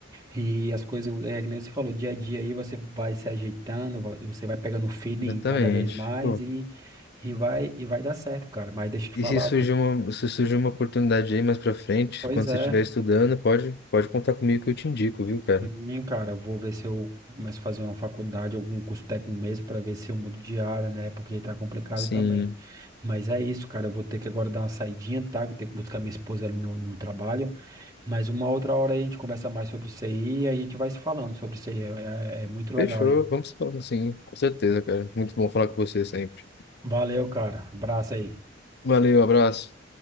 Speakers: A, on the right; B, on the left.
A: E as coisas, é, que nem você falou, dia a dia aí você vai se ajeitando, vai- você vai pegando o feeling
B: Exatamente.
A: cada vez mais
B: Pô,
A: e, e vai e vai dar certo, cara. Mas deixa eu te
B: e
A: falar,
B: se surgir
A: vo-
B: uma, se surgir uma oportunidade aí mais pra frente,
A: pois
B: quando
A: é.
B: você estiver estudando, pode, pode contar comigo que eu te indico, viu, cara?
A: Sim, cara, eu vou ver se eu começo a fazer uma faculdade, algum curso técnico mesmo, para ver se eu mudo de área, né? Porque tá complicado
B: Sim.
A: também. Mas é isso, cara, eu vou ter que agora dar uma saidinha, tá? Que eu tenho que buscar minha esposa ali no, no trabalho. Mas uma outra hora aí a gente conversa mais sobre isso aí e a gente vai se falando sobre isso aí. É, é é muito
B: Fechou.
A: legal aí.
B: Vamos falando, sim. Com certeza, cara. Muito bom falar com você sempre.
A: Valeu, cara. Abraço aí.
B: Valeu, abraço.